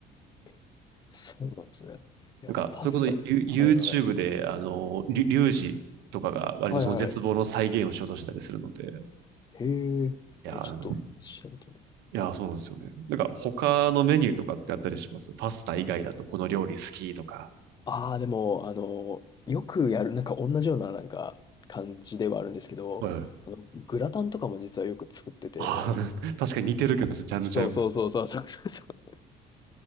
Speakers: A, on the left; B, on the right.
A: えそうなんですね。いや、
B: なんか、
A: パスタ、
B: それこそユ
A: はいはい。
B: YouTube で、あの、リュリュウジとかが割とその絶望の再現をしようとしたりするので、
A: はいはい。へえ、
B: いやー、
A: え、ちょっと調べてみよう。
B: なんですよ。いやー、そうなんですよね。なんか、他のメニューとかってあったりしますパスタ以外だとこの料理好きとか。
A: ああ、でも、あの、よくやる、なんか同じような、なんか、感じではあるんですけど、
B: はい
A: あの、グラタンとかも実はよく作ってて、
B: ああ、<laughs> 確かに似てるけど、ちょっとジャンルちゃいますね。
A: そうそうそうそうそうそうそう。